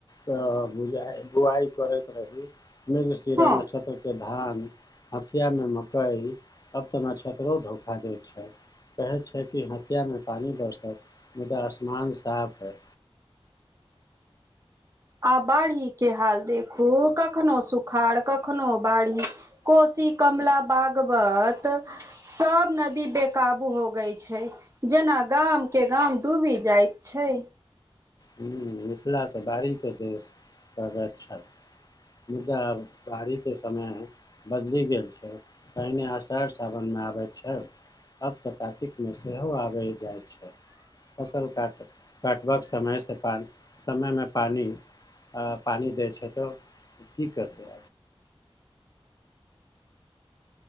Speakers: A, on the left; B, on the right.
A: बुआइ करैत रही <unintelligible> के
B: हँ
A: धान हथिया मे मकई तब तऽ नछत्रो धोखा दे छै कहै छै कि हथिया मे पानी बरसत मुदा आसमान साफ है
B: आ बाढ़ी के हाल देखू करनो सुखाड़ कखनो बाढ़ी कोशी कमला बागबत सभ नदी बेकाबू हो गई छै जेना गाम के गाम डूबी जाय छै
A: हूँ मिथिला तऽ बाढ़ि क देश सब छल मुद्दा अब बाढ़ी के समय बदलि गेल छै पहिने अशर सावनमे आबै छै आब तऽ कातिकमे सेहो आबै जाइत छै फसल काट काटबाक समयसँ प समयमे पानि आ पानि दै छै तऽ की करतै